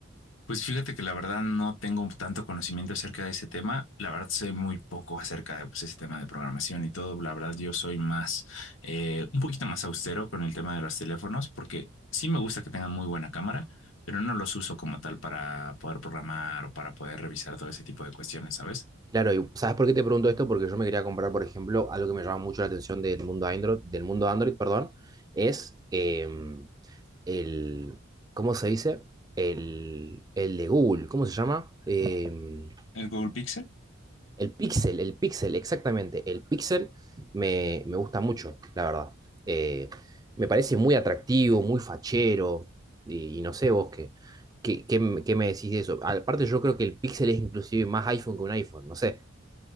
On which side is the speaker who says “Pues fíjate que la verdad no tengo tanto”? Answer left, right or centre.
Left